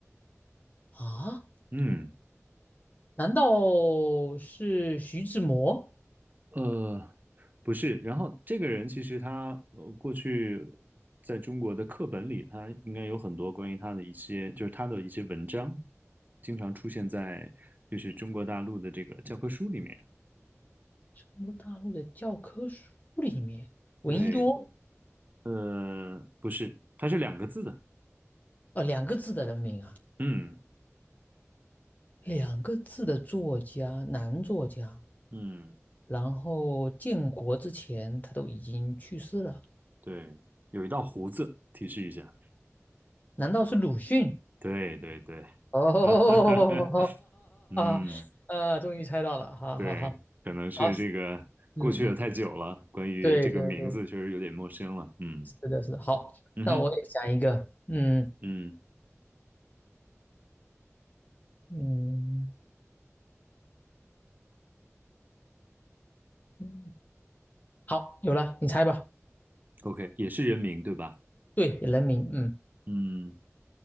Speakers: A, on the left; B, on the right.
A: 啊，
B: 嗯，
A: 难道是徐志摩？
B: 呃，不是。然后这个人其实他呃过去在中国的课本里，他应该有很多关于他的一些，就是他的一些文章，经常出现在就是中国大陆的这个教科书里面。
A: 中国大陆的教科书里面，闻一多，
B: 对，呃，不是，它是两个字的。
A: 呃，两个字的人名啊，
B: 嗯
A: 两个字的作家，男作家，
B: 嗯，
A: 然后建国之前他都已经去世了，
B: 对，有一道胡子，提示一下。
A: 难道是鲁迅？
B: 对对对，<laughs>
A: 哦，
B: 哈，哈哈哈，嗯，
A: <laughs> 呃，终于猜到了，好好好，
B: 对，可能是这个过去的太久了，
A: 好，嗯嗯。
B: 关于这个名字确实有点陌生了。
A: 对对对，
B: 嗯
A: 是的，是的。好，
B: 嗯哼，
A: 那我也想一个，嗯
B: 嗯
A: 嗯嗯，好，有了，你猜吧。
B: ，OK，也是人名对吧？
A: 对，人民，嗯，
B: 嗯，